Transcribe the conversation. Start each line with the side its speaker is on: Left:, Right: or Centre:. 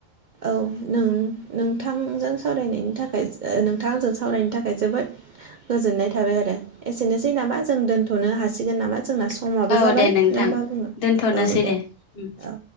Right: औ नों नोंथांजों सावरायनायनि थाखाय नोंथाङा आंजों सावरायनाय थाखाय जोबोद गोजोननाय थाबाय आरो एसेनोसै नामा जों दोनथनो हासिगोन नामा जोंना समाबो
Left: औ
Right: जाबाय
Left: दे नोंथां
Right: ना मा बुंङो
Left: दोनथ'नोसै
Right: औ दे
Left: उम
Right: औ